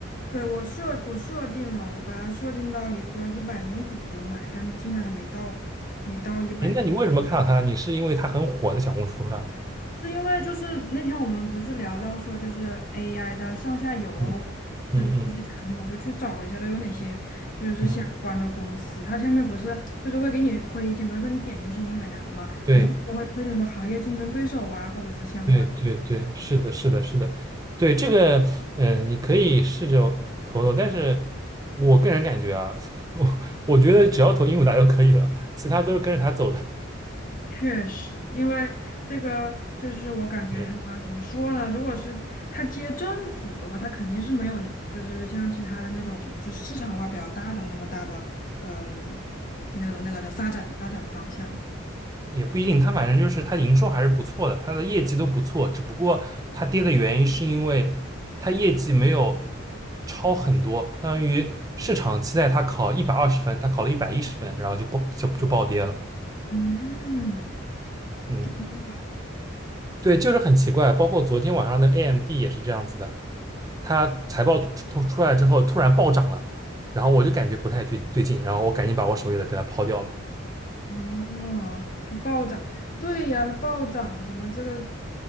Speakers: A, on the left (about 40°); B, on the right (about 20°).
A: 对，我设我设定了，我把它设定到一个一百零五就买，但现在还没到，没到一百。
B: 诶，那你为什么看到他？你是因为他很火在小红书上？
A: 是因为就是那天我们不是聊到说就是 AI 的上下游，
B: 嗯嗯嗯
A: 就是这些产品，我就去找了一下都有哪些就是相关的公司。
B: 嗯，
A: 它下面不是就是会给你推荐，比如说你点进去英伟达嘛，
B: 对
A: 好像就会推荐什么行业竞争对手啊，或者是相关的。
B: 对对对，是的，是的，是的，对这个，嗯、你可以试着投投，但是我个人感觉啊，<laughs> 我我觉得只要投鹦鹉达就可以了，其他都是跟着他走的。
A: 确实，因为这个就是我感觉他怎么说呢？
B: 对。
A: 如果是他接政府的话，他肯定是没有，就是像其他的那种，就市场化比较大的那么大的，嗯，那个那个的发展发展方向。
B: 也不一定，它反正就是它营收还是不错的，它的业绩都不错，只不过它跌的原因是因为它业绩没有超很多，相当于市场期待它考一百二十分，它考了一百一十分，然后就爆就就暴跌了。
A: 嗯，
B: 嗯，
A: 跌了。
B: 对，就是很奇怪，包括昨天晚上的 AMD 也是这样子的，它财报出出出来之后突然暴涨了，然后我就感觉不太对对劲，然后我赶紧把我手里的给它抛掉了。
A: 哦，它暴涨，对呀，它暴涨了，怎么这个